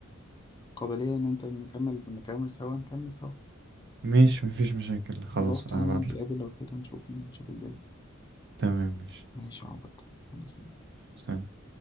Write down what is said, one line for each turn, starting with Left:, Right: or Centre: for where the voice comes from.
Left: قابلية ان انت نكمل نكمل سوا نكمل سوا
Right: ماشي مفيش مشاكل خلاص
Left: خلاص تمام
Right: هبعتلك
Left: نتقابل لو كده نشوف نشوف الدنيا
Right: تمام ماشي
Left: ماشي يا عبد خلاص
Right: سلام.